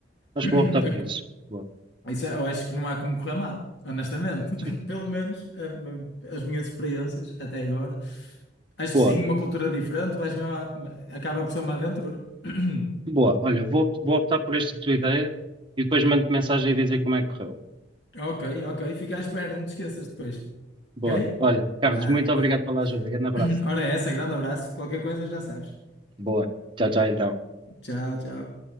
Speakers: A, on the right; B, on the left.
A: Acho
B: <clears throat>
A: que vou optar por isso. Boa.
B: Isso, é, eu acho que não há como correr mal, honestamente.
A: Sim.
B: <laughs> Pelo menos eh, as minhas experiências até agora. Acho
A: Boa,
B: que sim, uma cultura diferente, vais mesmo a- acaba por ser uma aventura. <clears throat>
A: boa. Olha, vou, vou optar por esta tua ideia e depois mando mensagem a dizer como é que correu.
B: Ok, ok, fica à espera, não te esqueças depois.
A: Boa.
B: Ok?
A: Olha, Carlos,
B: Vá.
A: muito obrigado pela ajuda. Grande abraço.
B: <clears throat> Ora, é essa, grande abraço. Qualquer coisa já sabes.
A: Boa. Tchau, tchau, então.
B: Tchau, tchau.